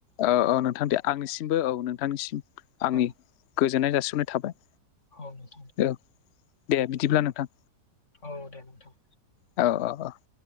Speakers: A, on the left (about 75°); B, on the left (about 40°).
A: औ औ नोंथां दे आंनिसिमबो औ नोंथांनिसिम आंनि
B: औ
A: गोजोननाय जासिहरनाय थाबाय।
B: औ <unintelligible>
A: औ दे बिदिब्ला नोंथां।
B: औ दे नोंथां।
A: औ अ अ।